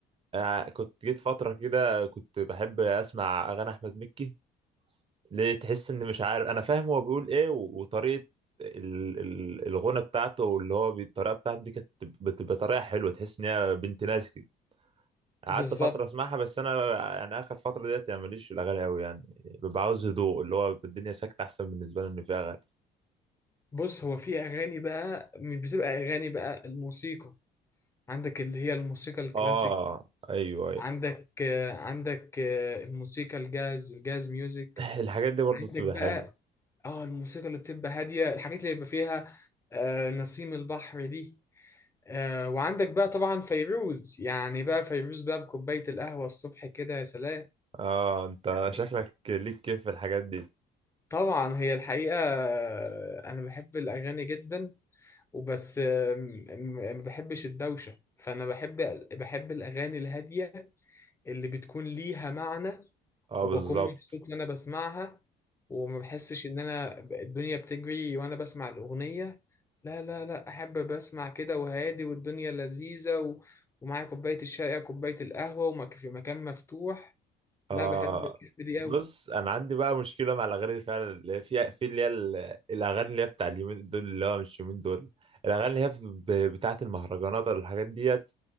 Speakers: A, on the right (about 35°); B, on the left (about 15°).
A: آه، كنت جيت فترة كده كنت بحب أسمع أغاني أحمد مكي ليه تحس إن مش عارف أنا فاهم هو بيقول إيه و- وطريقة ال- ال- الغنى بتاعته واللي هو بي- الطريقة بتاعته دي كانت بتبقى طريقة حلوة تحس إن هي بنت ناس كده قعدت
B: بالظبط
A: فترة أسمعها بس أنا يعني آخر فترة ديت يعني ماليش في الأغاني أوي يعني ببقى عاوز هدوء اللي هو الدنيا ساكتة أحسن بالنسبة لي إن فيها أغاني
B: بص هو في اغاني بقى مش بتبقى اغاني بقى الموسيقى عندك اللي هي الموسيقى الكلاسيك
A: آه أيوه أيوه
B: عندك آه، عندك آه، الموسيقى الجاز الجاز ميوزك
A: <laughs> الحاجات دي برضه
B: عندك
A: بتبقى
B: بقى
A: حلوة
B: اه الموسيقى اللي بتبقى هاديه الحاجات اللي بيبقى فيها آه، نسيم البحر دي آه، وعندك بقى طبعا فيروز يعني بقى فيروز بقى بكوبايه القهوه الصبح كده يا سلام
A: آه أنت
B: يعني
A: شكلك ليك كيف في الحاجات دي
B: طبعا هي الحقيقه آه، انا بحب الاغاني جدا وبس آم، م- ما بحبش الدوشة فأنا بحب بحب الأغاني الهادية اللي بتكون ليها معنى
A: آه
B: وبكون
A: بالظبط
B: مبسوط وأنا بسمعها وما بحسش إن أنا ب- الدنيا بتجري وأنا بسمع الأغنية لا لا لا أحب بسمع كده وهادي والدنيا لذيذة و... ومعايا كوباية الشاي أو كوباية القهوة ومك في مكان مفتوح لا
A: اه
B: بحب بحب دي
A: بص
B: أوي
A: انا عندي بقى مشكله مع الاغاني دي فعلا اللي هي فيها في اللي هي ال- الاغاني اللي هي بتاع اليومين دول اللي هو مش يومين دول الاغاني اللي هي ب- بتاعه المهرجانات ولا الحاجات ديت